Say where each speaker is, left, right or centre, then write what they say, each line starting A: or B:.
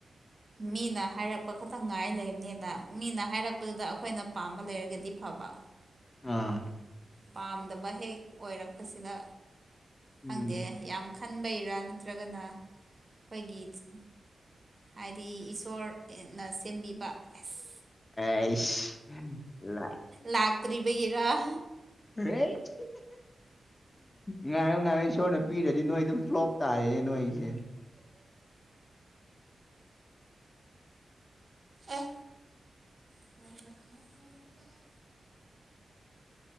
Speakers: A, on the right; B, on the left.
A: ꯃꯤꯅ ꯍꯥꯏꯔꯛꯄ ꯈꯛꯇꯪ ꯉꯥꯏ ꯂꯩꯕꯅꯤꯅ ꯃꯤꯅ ꯍꯥꯏꯔꯛꯄꯗꯨꯗ ꯑꯩꯈꯣꯏꯅ ꯄꯥꯝꯕ ꯂꯩꯔꯒꯗꯤ ꯐꯕ
B: ꯑꯥ
A: ꯄꯥꯝꯗꯕ ꯍꯦꯛ ꯑꯣꯏꯔꯛꯄꯁꯤꯗ
B: ꯎꯝ
A: ꯈꯪꯗꯦ ꯌꯥꯝ ꯈꯟꯕꯩꯔꯥ ꯅꯠꯇ꯭ꯔꯒꯅ ꯑꯩꯈꯣꯏꯒꯤ ꯍꯥꯏꯗꯤ ꯏꯁꯣꯔꯅ ꯁꯦꯝꯕꯤꯕ ꯑꯦꯁ
B: ꯑꯩꯁ ꯂꯛ
A: ꯂꯥꯛꯇ꯭ꯔꯤꯕꯒꯤꯔ
B: <unintelligible> ꯉꯥꯏꯌꯣ ꯉꯥꯏꯌꯣ ꯏꯁꯣꯔꯅ ꯄꯤꯗꯔꯥꯗꯤ ꯅꯣꯏ ꯑꯗꯨꯝ ꯐ꯭ꯂꯣꯞ ꯇꯥꯔꯦ ꯅꯣꯏꯁꯦ
A: ꯑꯦ <unintelligible>